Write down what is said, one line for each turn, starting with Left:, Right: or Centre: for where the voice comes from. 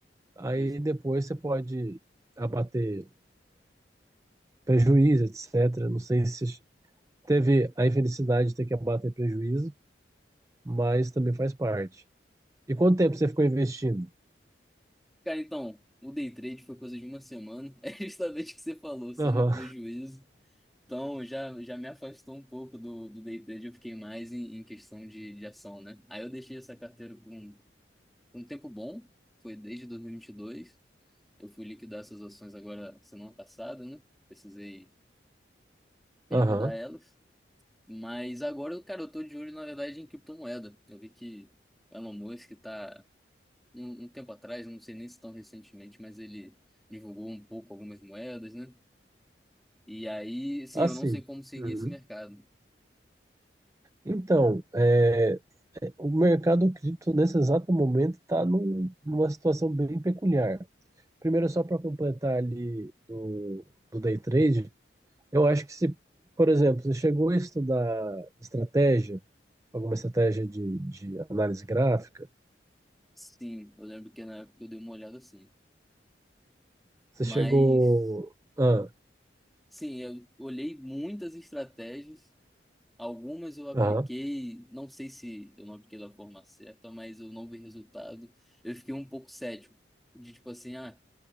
Right: Aí
Centre: Pois é.
Right: depois você pode abater prejuízo, etc. Não sei se teve a infelicidade de ter que abater prejuízo, mas também faz parte. E quanto tempo você ficou investindo?
Centre: Cara, então, o day trade foi coisa de uma semana. <laughs> É justamente o que você falou, sai
Right: Aham,
Centre: no prejuízo. Então, já, já me afastou um pouco do, do day trade. Eu fiquei mais em, em questão de, de ação, né? Aí eu deixei essa carteira por um, por um tempo bom, foi desde 2022. Eu fui liquidar essas ações agora semana passada, né? Precisei liquidar
Right: aham.
Centre: elas. Mas agora, cara, eu tô de olho, na verdade, em criptomoeda. Eu vi que o Elon Musk tá um, um tempo atrás, não sei nem se tão recentemente, mas ele divulgou um pouco algumas moedas, né? E aí, assim,
Right: Assim.
Centre: eu não sei como seguir
Right: Uhum.
Centre: esse mercado.
Right: Então, é, é, o mercado cripto nesse exato momento está numa situação bem peculiar. Primeiro,
Centre: Uhum.
Right: só para completar ali do, do day trade, Eu acho que se, por exemplo, você chegou a estudar estratégia, alguma estratégia de, de análise gráfica,
Centre: Sim, eu lembro que na época eu dei uma olhada assim.
Right: você
Centre: Mas,
Right: chegou. Ah,
Centre: sim, eu olhei muitas estratégias. Algumas eu apliquei,
Right: aham.
Centre: não sei se eu não apliquei da forma certa, mas eu não vi resultado. Eu fiquei um pouco cético, de tipo assim, ah,